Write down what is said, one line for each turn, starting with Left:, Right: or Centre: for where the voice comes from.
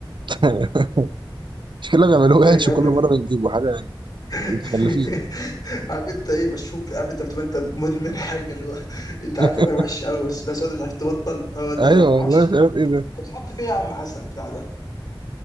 Right: <laughs> مش كلنا بيعملوه
Left: ايه
Right: يعني
Left: يا كلام
Right: كل
Left: من
Right: مرة
Left: ده
Right: بنجيبه حاجة يعني
Left: <laughs>
Right: متخلفين
Left: عارف انت ايه بشوف عارف انت بتبقى انت مدمن حاجه اللي هو انت
Right: <laughs>
Left: عارف انها وحشه قوي بس لا سواد مش عارف تبطل هو ده
Right: ايوه والله
Left: ما اعرفش
Right: مش عارف ايه ده
Left: انت بتحط فيه يا عم حسن بتاع ده